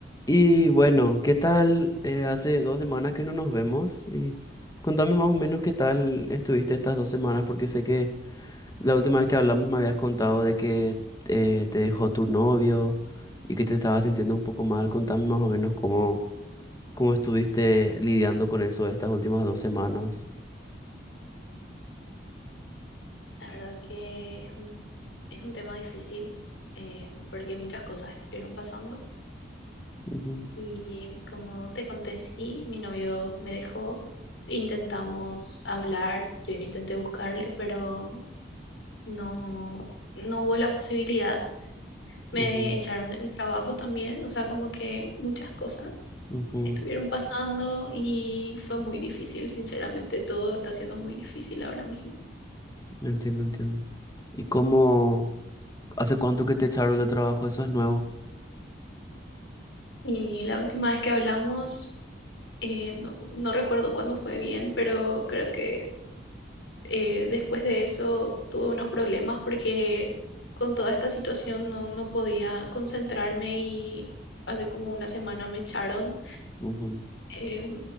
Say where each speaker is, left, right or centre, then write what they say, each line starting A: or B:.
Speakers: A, on the left; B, on the left.
A: Y bueno, ¿qué tal? Eh, hace dos semanas que no nos vemos y contame más o menos qué tal estuviste estas dos semanas, porque sé que la última vez que hablamos me habías contado de que eh, te dejó tu novio y que te estabas sintiendo un poco mal. Contame más o menos cómo, cómo estuviste lidiando con eso estas últimas dos semanas.
B: La verdad que es un, es un tema difícil eh, porque muchas cosas estuvieron pasando
A: Ujú,
B: y como te conté, sí, mi novio me dejó, intentamos hablar, yo intenté buscarle, pero no, no hubo la posibilidad. Me
A: ujú,
B: echaron de mi trabajo también, o sea, como que muchas cosas
A: ujú.
B: estuvieron pasando y fue muy difícil, sinceramente, todo está siendo muy difícil ahora mismo.
A: Entiendo, entiendo. ¿Y cómo, hace cuánto que te echaron de trabajo? Eso es nuevo.
B: Y la última vez que hablamos... Eh, no, no recuerdo cuándo fue bien, pero creo que eh, después de eso tuve unos problemas porque con toda esta situación no, no podía concentrarme y hace como una semana me echaron.
A: Ujú,
B: Eh,